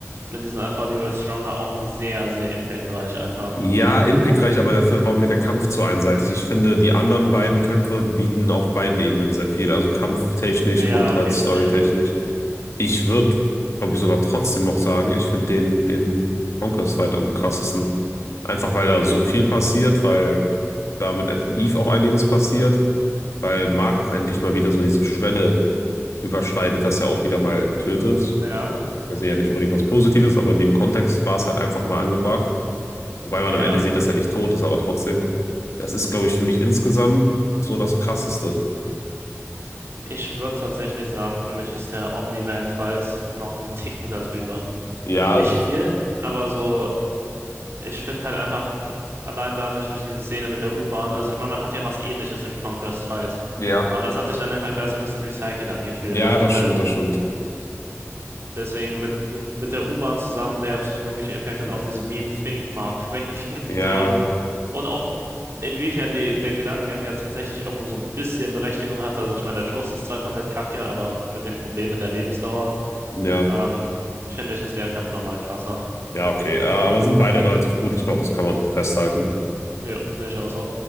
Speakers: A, on the right; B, on the left.
A: mit diesen Alpha Duo Stronger auch sehr, sehr impactreich einfach.
B: Ja, impactreich, aber dafür war mir der Kampf zu einseitig. Ich finde, die anderen beiden Kämpfe bieten auf beiden Ebenen sehr viel, also kampftechnisch
A: Ja,
B: und
A: okay,
B: halt storytechnisch.
A: das stimmt.
B: Ich würde, glaube ich, sogar trotzdem noch sagen, ich finde den, den Conquest-Fight am krassesten. Einfach weil da so viel passiert, weil da mit Adam Eve auch einiges passiert, weil Mark auch endlich mal wieder so diese Schwelle überschreitet, dass er auch wieder mal tötet.
A: Ja,
B: Ich meine, er sehe ja nicht unbedingt was Positives, aber in dem Kontext war es halt einfach mal angebracht. Wobei man
A: ja.
B: am Ende sieht, dass er nicht tot ist, aber trotzdem. Das ist, glaube ich, für mich insgesamt so das Krasseste.
A: Ich würde tatsächlich sagen, für mich ist der Omni-Man Files noch ein Ticken darüber.
B: Ja,
A: Nicht viel, aber so, ich finde halt einfach allein dadurch, durch diese Szene mit der U-Bahn, also ich meine, man hat ja was Ähnliches im Conquest Fight.
B: ja,
A: Aber das hat sich dann im Vergleich so ein bisschen recycelt angefühlt.
B: ja,
A: Also,
B: das
A: weil
B: stimmt, das stimmt.
A: deswegen mit, mit, mit der U-Bahn zusammen der psychologische Impact und auch diese Meme Think Mark Think, <laughs>
B: Ja,
A: so und auch inwiefern die, der Gedankengang ja tatsächlich irgendwo so ein bisschen Berechtigung hatte. Also, ich meine, der Schluss ist zwar komplett kacke, aber mit dem Problem mit der Lebensdauer.
B: ja,
A: Ähm, finde ich, ist der Kampf nochmal krasser.
B: ja, okay. Äh, Aber sind beide relativ gut. Ich glaube, das kann man festhalten.
A: Ja, sehe ich auch so.